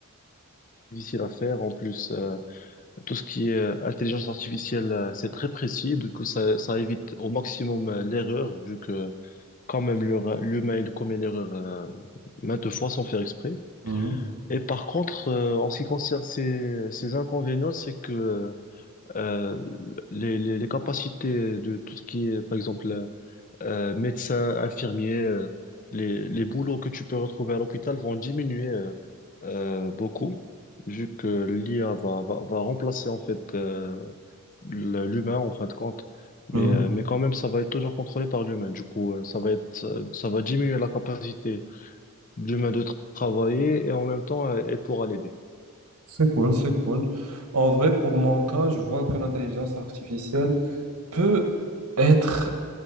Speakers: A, on the left; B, on the right.
A: difficiles à faire. En plus, euh, tout ce qui est euh, intelligence artificielle, euh, c'est très précis. Du coup, ça, ça évite au maximum euh, l'erreur, vu que quand même l'heure- l'humain il commet l'erreur euh, maintes fois sans faire exprès.
B: Mhm.
A: Et par contre, euh, en ce qui concerne ces, ces inconvénients, c'est que euh, les, les, les capacités de tout ce qui est, par exemple, euh, médecin, infirmier, euh, les, les boulots que tu peux retrouver à l'hôpital vont diminuer euh, euh, beaucoup, vu que l'IA va, va, va remplacer en fait euh, le- l'humain en fin de compte.
B: Mhm.
A: Mais, euh, mais quand même, ça va être toujours contrôlé par l'humain. Du coup, euh, ça va être, ça, ça va diminuer la capacité de l'humain de tra- travailler et en même temps, euh, elle pourra l'aider,
B: C'est cool, c'est cool. En vrai, pour mon cas, je vois que l'intelligence artificielle peut être